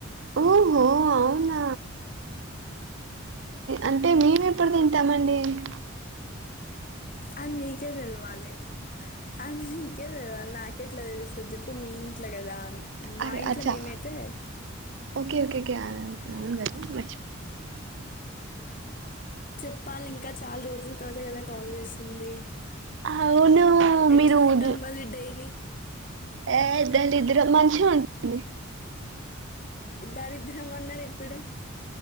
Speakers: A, on the right; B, on the left.
A: ఓహో అవును అంటే మేము ఎప్పుడు తింటామండి ఆ
B: అ నీకే తెల్వాలి అ ఇంకే తె వాాలి నాకెట్లా తెస్తుంది చెప్పు మీ ఇంట్లో కదా
A: అరే
B: మా ఇంట్లో
A: అచ్చా
B: మేమైతే
A: ఓకే ఓకే ఓకే అవు మ
B: చెప్పాలి ఇంకా చాలా రోజు అజ తత కదా కాల్ చేసింది
A: అవును
B: ఎట్లుంటుంది
A: మీరు ఉదు-
B: మళ్ళీ డైలీ
A: ఏ ఇద్దలిద్ద్ర మనిషి ఉంటుంది
B: ఇద్దారుద్ద్రమన్న ఇప్పుడే